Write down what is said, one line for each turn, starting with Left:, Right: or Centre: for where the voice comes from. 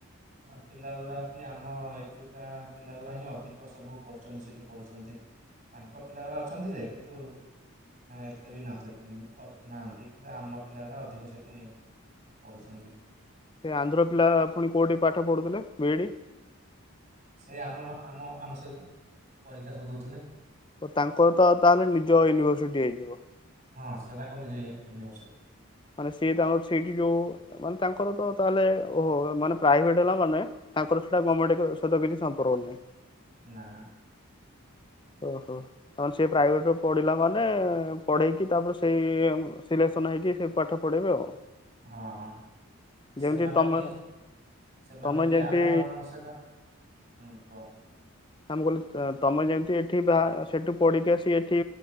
Right: ଆ ପିଲା ଗୁରା କି ଆମ ଏଠୁକା ପିଲା ଗୁରା ହିଁ ଅଧିକ ସବୁ କରୁଛନ୍ତି ସେଠି ପଢୁଛନ୍ତି। ତାଙ୍କ ପିଲା ଗୁରା ଅଛନ୍ତି ଯେ କିନ୍ତୁ ଏତେ ବି ନଥାନ୍ତିନି ଅ ନାହାନ୍ତି କିନ୍ତୁ ଆମ ପିଲା ଗୁରା ଅଧିକ ସେଠି ପଢ଼ୁଛନ୍ତି।
Left: ସେ ଆନ୍ଧ୍ର ପିଲା ପୁଣି କୋଉଠି ପାଠ ପଢୁଥିଲେ ବି ଇ ଡି?
Right: ସେ ଆମ ଆମ ଆମ ସହିତ ପରୀକ୍ଷା ସବୁ ଦଉଥିଲେ।
Left: ତାଙ୍କର ତ ତାହେଲେ ନିଜ ୟୁନିଭରସିଟି ହେଇଯିବ।
Right: ହଁ ସେଟା ତାଙ୍କ ନିଜ ୟୁନିଭରସିଟି।
Left: ମାନେ ସିଏ ତାଙ୍କର ସେଇଠି ଯୋଉ ମାନେ ତାଙ୍କର ତ ତାହେଲେ ଓହୋ ମାନେ ପ୍ରାଇଭେଟ ହେଲା ମାନେ ତାଙ୍କର ସେଇଟା ଗମେଣ୍ଟ ସ ସହିତ କିଛି ସମ୍ପର୍କ ନାହିଁ।
Right: ନା
Left: ଓହୋ ତା ସେ ପ୍ରାଇଭେଟରେ ପଢିଲା ମାନେ ପଢେଇକି ତାପରେ ସେଇ ଶିଲେ ନ ହେଇକି ସେ ପାଠ ପଢ଼େଇବେ ଆଉ।
Right: ହଁ। ସେମାନେ
Left: ଯେମିତି ତମେ
Right: ବି ସେମାନେ
Left: ତମେ
Right: ବି
Left: ଯେମିତି
Right: ଆମ ମାନଙ୍କ ସହିତ ହୁଁ କୁହ
Left: ଆମେ କହିଲ ତମେ ଯେମିତି ଠି ଗା ସେଠୁ ପଢିକି ଆସିକି ଏଠି